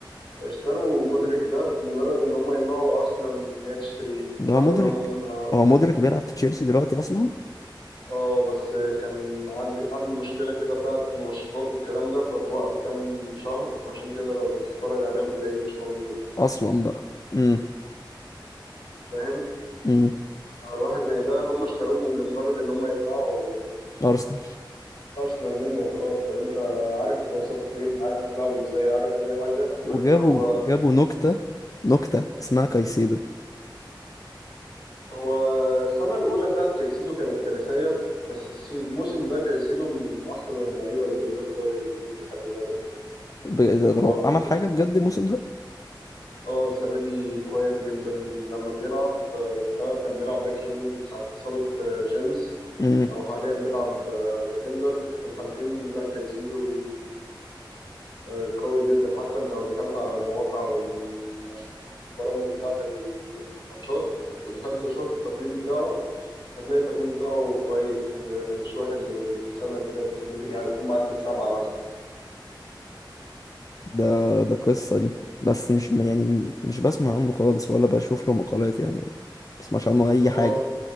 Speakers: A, on the left; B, on the left.
A: اشتروا مودريك ده مجرد ان هم يمنعوا أرسنال ان هي تشتريه
B: ده هو
A: رغم
B: مدرك
A: ان هم
B: هو مدرك بيلعب في تشيلسي دلوقتي أصلا
A: اه بس كان عندي عنده مشكلة كده بتاعت منشطات والكلام ده فتوقف كام شهر فعشان كده لو بتتفرج عليهم تلاقيه مش موجود
B: أصلا بقى امم
A: فاهم
B: امم
A: آه، واحد زي ده هم اشتروه لمجرد ان هم يمنعوا
B: أرسنال
A: ارسنال منه وخلاص طب انت عارف هتوظفه فين عارف هتلعبه ازاي عارف اي حاجة لا
B: وجابوا
A: هو
B: جابوا نكتة نكتة اسمها كايسيدو
A: هو السنة الأولى بتاعت كايسيدو كانت كارثية بس الس- الموسم ده كايسيدو من أحسن اللعيبة اللي موجودة في الدوري الإنجليزي خلي بالك يعني
B: ب- ده
A: هو
B: هو
A: ممكن
B: عمل حاجة بجد الموسم ده
A: اه السنة دي كويس جدا لما بيلعب آه، سواء كان بيلعب باك يمين ساعة إصابة آه، جيمس
B: امم
A: أو حاليا بيلعب آه، ديفندر في الحالتين لا كايسيدو آه، قوي جدا حتى أنت لو دخلت على المواقع والبرامج بتاعة الماتشات ودخلت وشفت التقييم بتاعه هتلاقي التقييم بتاعه كويس م- مش وحش زي السنة اللي فاتت ممكن يعني يكون معدي السبعة مثلا
B: ده ده قصة دي بس مش م- يعني مش بسمع عنه خالص ولا بشوف له مقالات يعني ما بسمعش عنه أي
A: هو
B: حاجة